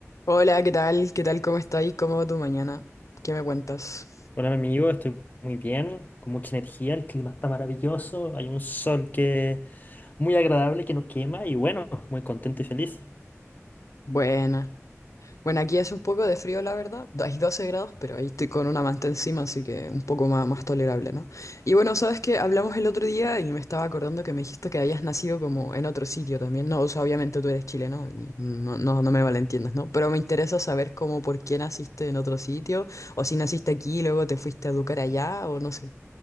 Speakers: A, on the left; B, on the left.
A: Hola, ¿qué tal? ¿Qué tal? ¿Cómo estáis? ¿Cómo va tu mañana? ¿Qué me cuentas?
B: Hola, mi amigo, estoy muy bien, con mucha energía, el clima está maravilloso, hay un sol que muy agradable, que no quema y bueno, muy contento y feliz.
A: Buena. Bueno, aquí hace un poco de frío, la verdad. Do- Hay 12 grados, pero ahí estoy con una manta encima, así que un poco más, más tolerable, ¿no? Y bueno, sabes que hablamos el otro día y me estaba acordando que me dijiste que habías nacido como en otro sitio también, ¿no? O sea, obviamente tú eres chileno y no, no, no me malentiendas, ¿no? Pero me interesa saber cómo, por qué naciste en otro sitio, o si naciste aquí y luego te fuiste a educar allá, o no sé.